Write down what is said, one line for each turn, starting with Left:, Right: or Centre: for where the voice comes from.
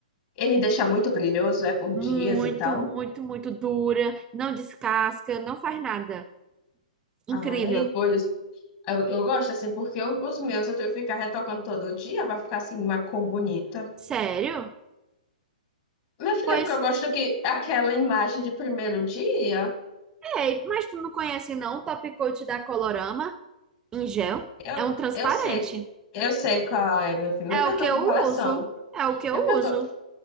Left: Ele deixa muito brilhoso, é por
Right: Muito,
Left: dias e tal.
Right: muito, muito dura, não descasca, não faz nada. Incrível.
Left: Ai, pois. Eu, eu gosto assim, porque eu- os meus eu tenho que ficar retocando todo dia pra ficar assim, uma cor bonita.
Right: Sério?
Left: Minha filha,
Right: Pois,
Left: é porque eu gosto que aquela imagem de primeiro dia,
Right: ei, mas tu não conhece não o Top Coat da Colorama em gel?
Left: eu,
Right: É um transparente.
Left: eu sei, eu sei qual é, meu filho. Meu
Right: É
Left: filho,
Right: o
Left: eu
Right: que
Left: tô
Right: eu
Left: com coleção.
Right: uso. É o que eu
Left: Meu filho,
Right: uso.
Left: eu tô,